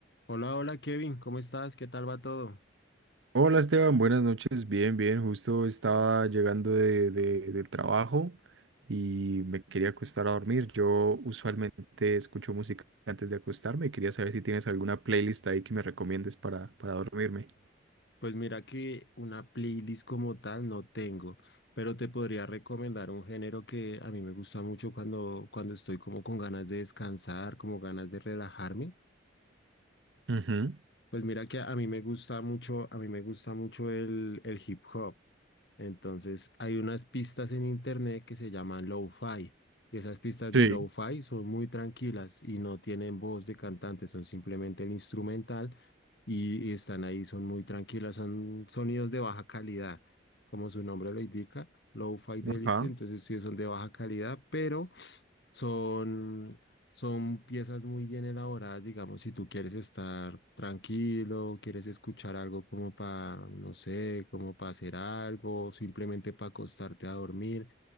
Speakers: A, on the left; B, on the right.
A: Hola, hola Kevin, ¿cómo estás? ¿Qué tal va todo?
B: Hola Esteban, buenas noches. Bien, bien. Justo estaba llegando de, de- del trabajo y me quería acostar a dormir. Yo usualmente escucho música antes de acostarme y quería saber si tienes alguna playlist ahí que me recomiendes para, para dormirme.
A: Pues mira que una playlist como tal no tengo, pero te podría recomendar un género que a mí me gusta mucho cuando, cuando estoy como con ganas de descansar, como ganas de relajarme.
B: Ujú,
A: Pues mira que a mí me gusta mucho, a mí me gusta mucho el, el hip hop. Entonces, hay unas pistas en internet que se llaman lo-fi. Y esas pistas de
B: Sí,
A: lo-fi son muy tranquilas y no tienen voz de cantante, son simplemente el instrumental y, y están ahí, son muy tranquilas, son sonidos de baja calidad, como su nombre lo indica, low fidelity,
B: ajá.
A: entonces sí son de baja calidad, pero son son piezas muy bien elaboradas, digamos, si tú quieres estar tranquilo, quieres escuchar algo como para, no sé, como para hacer algo, simplemente para acostarte a dormir.